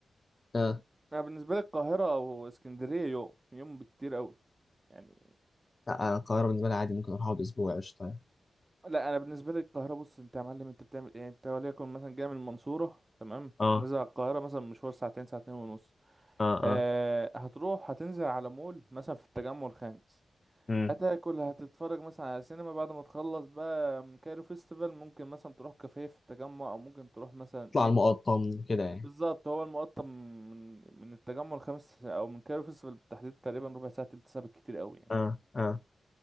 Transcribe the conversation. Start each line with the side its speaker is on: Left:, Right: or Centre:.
Left: آه.
Right: انا بالنسبة لي القاهرة واسكندرية يوم يوم بكتير قوي يعني
Left: لا أنا القاهره بالنسبه لي عادي ممكن اروح اقعد اسبوع قشطه يعني.
Right: لا انا بالنسبة لي القاهرة بص انت يا معلم انت بتعمل ايه انت وليكن مثلا جاي من المنصورة تمام
Left: اه
Right: نزل على القاهرة مثلا مشوار ساعتين ساعتين ونص
Left: اه
Right: أه
Left: اه
Right: هتروح هتنزل على مول مثلا في التجمع الخامس
Left: امم
Right: هتاكل هتتفرج مثلا على سينما بعد ما تخلص بقى من كايرو فيستيفال ممكن مثلا تروح كافيه في التجمع او ممكن تروح مثلا
Left: اطلع
Right: ايه
Left: على المقطم كده يعني
Right: بالظبط هو المقطم من من التجمع الخامس او من كايرو فيستيفال بالتحديد تقريبا ربع ساعه تلت ساعه بالكتير قوي يعني
Left: اه اه